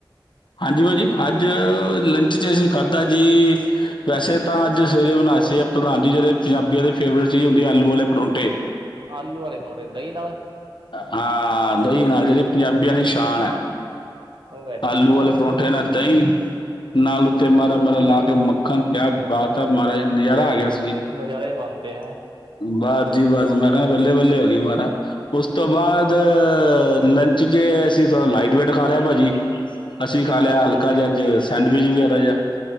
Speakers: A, on the left; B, on the right.
A: ਹਾਂਜੀ ਭਾਜੀ, ਅੱਜ ਲੰਚ 'ਚ ਅਸੀਂ ਖਾਧਾ ਜੀ ਵੈਸੇ ਤਾਂ ਅੱਜ ਸਵੇਰੇ ਬਨਾਏ ਸੀ ਆ <unintelligible> ਪੰਜਾਬੀਆਂ ਦੀ ਫੇਵਰੇਟ ਚੀਜ਼ ਹੁੰਦੀ ਆਲੂ ਵਾਲੇ ਪਰੌਂਠੇ।
B: ਆਲੂ ਵਾਲੇ ਪਰੌਠੇ ਦਈ ਨਾਲ?
A: ਹਾਂ ਦਈ ਨਾਲ, ਜੇੜੀ ਪੰਜਾਬੀਆਂ ਦੀ ਸ਼ਾਨ ਐ।
B: ਵੈਰੀ
A: ਆਲੂ
B: ਗੁੱਡ
A: ਵਾਲੇ ਪਰੌਂਠੇ ਨਾ ਦਈ, ਨਾਲ ਉੱਤੇ ਮਾਰਾ-ਮਾਰਾ ਲਾ ਕੇ ਮੱਖਨ। ਕਿਆ ਬਾਤ ਹੈ ਮਹਾਰਾਜ, ਨਜ਼ਾਰਾ ਆ ਗਿਆ ਸੀ ਜੀ।
B: ਨਜ਼ਾਰੇ ਹੀ ਬਨ ਤੇ ਹੈਂ।
A: ਬਾਸ ਜੀ ਬਸ, ਮੈਂ ਕਹਾਂਗਾ ਬੱਲੇ-ਬੱਲੇ ਹੋ ਹੀ ਮਹਾਰਾ, ਉਸ ਤੋਂ ਬਾਦ ਆ ਲੰਚ 'ਚ ਅਸੀਂ ਥੋੜਾ ਲਾਈਟ ਵੇਟ ਖਾ ਲਿਆ ਭਾਜੀ, ਅਸੀਂ ਖਾ ਲਿਆ ਹਲਕਾ ਜਿਹਾ ਅੱਜ ਸੈਂਡਵਿਚ ਵਗੈਰਾ ਜਾ।